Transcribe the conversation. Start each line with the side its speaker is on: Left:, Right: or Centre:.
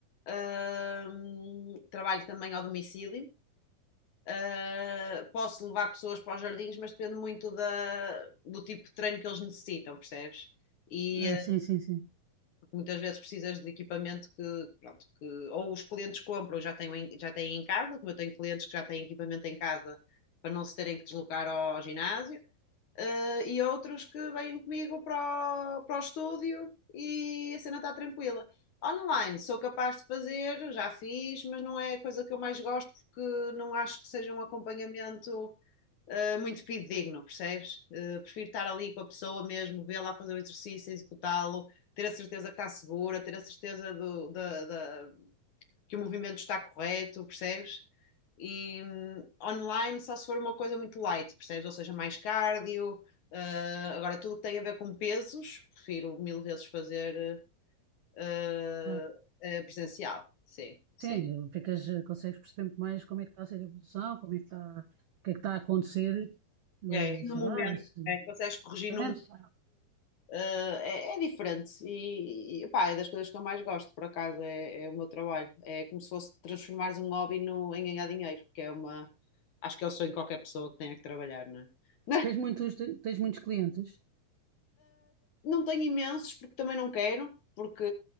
Left: ehm, trabalho também ao domicílio. Eh, posso levar pessoas para os jardins, mas depende muito da, do tipo de treino que eles necessitam, percebes? E,
Right: Ah,
Left: eh,
Right: sim, sim, sim.
Left: muitas vezes precisas de equipamento que, pronto, que ou os clientes compram, já têm, já têm em casa, como eu tenho clientes que já têm equipamento em casa para não se terem que deslocar ao ginásio, eh, e outros que vêm comigo para o, para o estúdio e a cena está tranquila. Online sou capaz de fazer, já fiz, mas não é a coisa que eu mais gosto porque não acho que seja um acompanhamento uh, muito digno, percebes? Uh, prefiro estar ali com a pessoa mesmo, vê-la fazer o exercício, executá-lo, ter a certeza que está segura, ter a certeza do, da, da, que o movimento está correto, percebes? E um, online só se for uma coisa muito light, percebes? Ou seja, mais cardio. Uh, agora, tudo que tem a ver com pesos, prefiro mil vezes fazer uh,
Right: Ah,
Left: uh, presencial. Sim, sim.
Right: sim, ficas, eh, consegues perceber muito mais como é que está a ser a evolução, como é que está, o que é que está a acontecer, eh,
Left: É, e
Right: sei
Left: no momento,
Right: lá, se-
Left: é, consegues corrigir
Right: exatamente.
Left: no Uh, é, é, diferente e, e pá, é das coisas que eu mais gosto, por acaso, é, é o meu trabalho. É como se fosse transformar um hobby no, em ganhar dinheiro, que é uma. Acho que é o sonho de qualquer pessoa que tenha que trabalhar, não é? <laughs>
Right: Tens muitos, tens muitos clientes?
Left: Não tenho imensos porque também não quero, porque